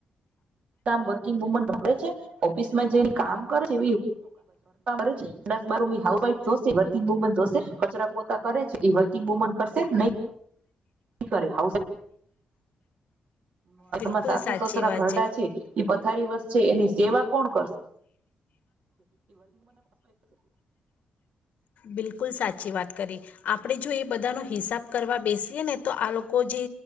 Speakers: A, on the right (about 50°); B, on the left (about 60°).
A: કામ વર્કિંગ વુમન કરે છે ઓફિસમાં જે કામ કરે એ ન દસ બારી હાઉસ વાઈફ જોશે વર્કિંગ વુમન જોશે કચરા પોતા કરે છે એ વર્કિંગ વુમન કરશે નહી કરે હ
B: બિલકુલ
A: હ સાસુ
B: સાચી
A: સસરા
B: વાત
A: ખરડા છે એ પથારી વસ્ છે એની સેવા કોણ કરશે.
B: બિલકુલ સાચી વાત કરી આપણે જો એ બધાનો. હિસાબ કરવા બેસીએ ને તો આ લોકો જે